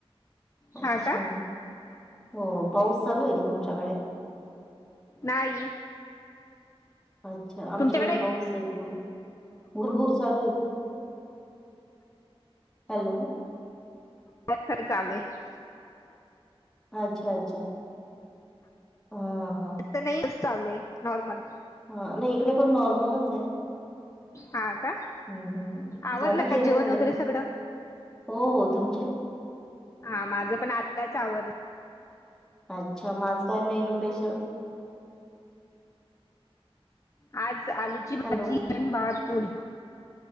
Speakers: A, in the centre; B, on the left (about 30°).
A: अच्छा
B: हा का
A: हो पाऊस चालू ये का तुमच्याकडे
B: नाई
A: अच्छा आमच्याकडे
B: तुमच्याकडे
A: पाऊस आहे भर भुरभूर चालू आहे. हॅलो.
B: खर चालू आहे <inaudible>
A: अच्छा अच्छा. ह.
B: जास्त नाही चालू आहे नॉर्मल.
A: हा नाही इकडे पण नॉर्मलच आहे.
B: हा का
A: हम हम
B: आवरलं
A: झालं
B: का
A: जेवण वगैरे.
B: सगळं
A: हो हो, तुमचे.
B: हा माझं पण आत्ताच आवरलं.
A: अच्छा माझं काय मेनू पेशल.
B: आज आलूची भाजी
A: हॅलो
B: भातपोडी.